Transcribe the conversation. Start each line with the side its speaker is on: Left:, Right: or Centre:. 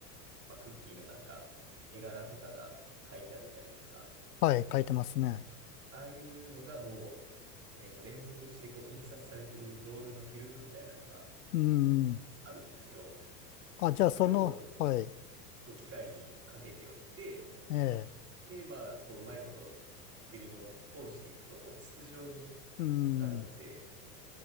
Right: まあ、クッキーのなんか、絵柄とかが書いてあるじゃないですか。
Left: はい、書いてますね。
Right: ああいうのがもう、えっと、連続してこう、印刷されてるロールのフィルムみたいなのが
Left: うーん、
Right: あるんですよ。
Left: あ、じゃあその、
Right: それを、
Left: はい、
Right: そう、機械にかけておいて、
Left: ええ、
Right: で、まあ、こう、うまいこと、フィルムを通していくと、こう、筒状に
Left: うーん、
Right: なるんで、